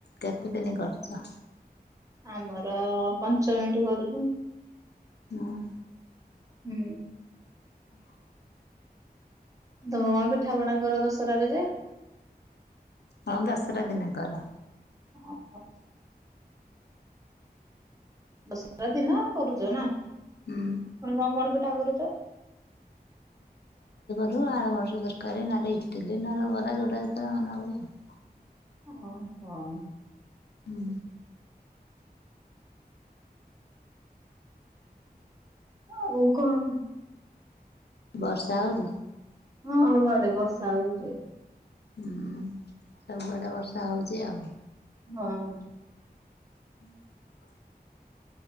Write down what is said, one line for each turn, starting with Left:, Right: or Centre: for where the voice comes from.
Left: କେତେଦିନି କରିଚ?
Right: ଆମର ପଞ୍ଚମୀଠୁ କରୁଛୁ।
Left: ହଁ।
Right: ହୁଁ।
Left: ହଁ
Right: ତମ ପିଠାପଣା କର ଦଶରାରେ ଯେ।
Left: ହଁ ଦଶରା ଦିନେ କର।
Right: ଓହୋ। ଦଶରା ଦିନ କରୁଛ ନା। ଆଣ
Left: ହୁଁ
Right: କଣ କଣ ପିଠା କରୁଚ?
Left: ମୁଁ ଆଳୁ ମଟର ତରକାରୀ ନହେଲେ ଇଟିଲି ନହଲେ ବରା ଯୋଉଟା ଯେତେବେଳ ମନ ହୁଏ ଆଉ।
Right: ଓହୋ।
Left: ହୁଁ।
Right: ଆଉ କଣ?
Left: ବର୍ଷା ହଉଚି?
Right: ହଁ ଆମ ଆଡେ ବର୍ଷା ହଉଚି।
Left: ହୁଁ ସବୁଆଡେ ବର୍ଷା ହଉଚି ଆଉ।
Right: ହଁ।
Left: ହୁଁ।